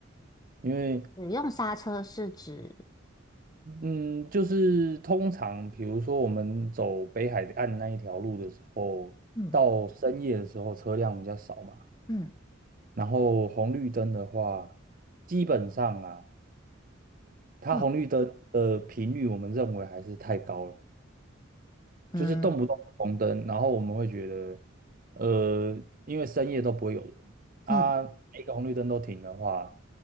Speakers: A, on the right (about 45°); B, on the left (about 20°).
A: 因为
B: 使用刹车是指
A: 嗯，就是通常比如说我们走北海岸那一条路的时候，
B: 嗯
A: 到深夜的时候车辆比较少嘛，
B: 嗯
A: 然后红绿灯的话，基本上啊，它红绿灯的频率我们认为还是太高了。
B: 嗯嗯
A: 就是动不动就红灯，然后我们会觉得，呃，因为深夜都不会有人啊，
B: 嗯
A: 每个红绿灯都停的话，